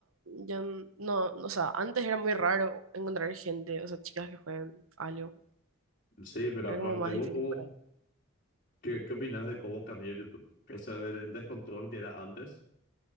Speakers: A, on the right; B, on the left.
A: ya n- no, o sea, antes era muy raro encontrar gente, o sea, chicas que jueguen algo.
B: Sí, pero
A: Era
B: aparte,
A: como más
B: ¿vos
A: difícil
B: cómo,
A: para ahí.
B: qué, qué opinas de cómo cambió YouTube? O sea, del del descontrol que era antes